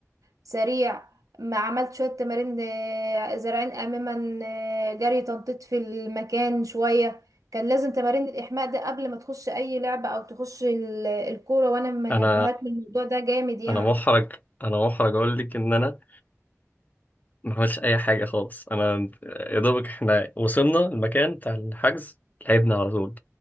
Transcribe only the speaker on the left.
أنا
أنا محرج أنا محرج أقول لك إن أنا ما عملتش أي حاجة خالص أنا يا دوبك إحنا وصلنا المكان بتاع الحجز لعبنا على طول